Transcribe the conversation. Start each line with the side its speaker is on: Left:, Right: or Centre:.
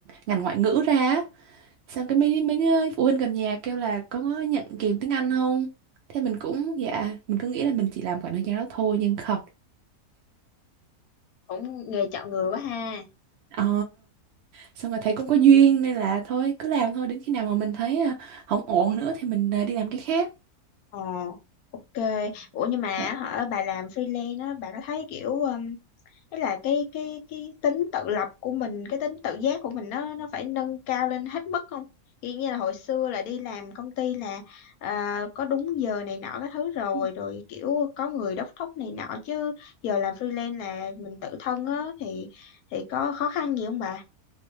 Right: ngành ngoại ngữ ra á. xong cái mấy mấy ờ, phụ huynh gần nhà kêu là có nhận kèm tiếng Anh không thế mình cũng dạ mình cứ nghĩ là mình chỉ làm khoảng thời gian đó thôi nhưng không
Left: cũng nghề chọn người quá ha
Right: ờ xong rồi thấy cũng có duyên nên là thôi cứ làm thôi đến khi nào mà mình thấy ờ, không ổn nữa thì mình ờ, đi làm cái khác
Left: ờ ok ủa nhưng mà
Right: Ờ,
Left: hả bà làm freelance á bà có thấy kiểu um, ấy là cái cái cái tính tự lập của mình cái tính tự giác của mình nó nó phải nâng cao lên hết mức không Kiểu như là hồi xưa là đi làm công ty là à, có đúng giờ này nọ các thứ rồi
Right: ừ
Left: rồi kiểu có người đốc thúc này nọ chứ giờ làm freelance là mình tự thân á thì thì có khó khăn gì không bà